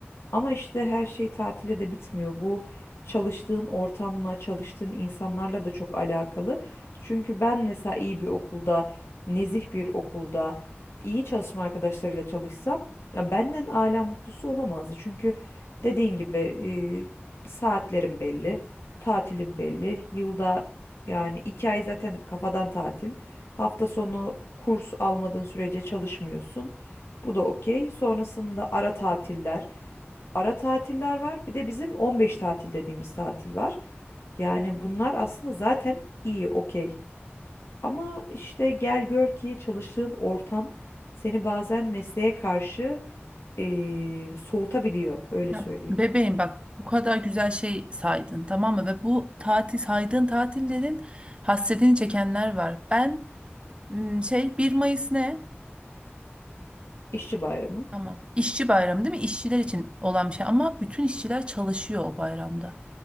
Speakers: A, on the left; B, on the right.
A: Ama işte her şey tatile de bitmiyor. Bu çalıştığın ortamla, çalıştığın insanlarla da çok alakalı. Çünkü ben mesela iyi bir okulda, nezih bir okulda, iyi çalışma arkadaşlarıyla çalışsam, ya benden âlâ mutlusu olamazdı. Çünkü dediğin gibi e, saatlerim belli, tatilim belli. Yılda yani iki ay zaten kafadan tatil. Hafta sonu kurs almadığın sürece çalışmıyorsun. Bu da okey. Sonrasında ara tatiller ara tatiller var. Bir de bizim 15 tatil dediğimiz tatil var. Yani bunlar aslında zaten iyi, okey. Ama işte gel gör ki çalıştığın ortam seni bazen mesleğe karşı eee, soğutabiliyor, öyle
B: Ya
A: söyleyeyim.
B: bebeğim bak bu kadar güzel şey saydın tamam mı? Ve bu tatil saydığın tatillerin hasretini çekenler var. Ben m, şey bir Mayıs ne?
A: İşçi bayramı.
B: Tamam. İşçi bayramı değil mi? İşçiler için olan bir şey ama bütün işçiler çalışıyor o bayramda.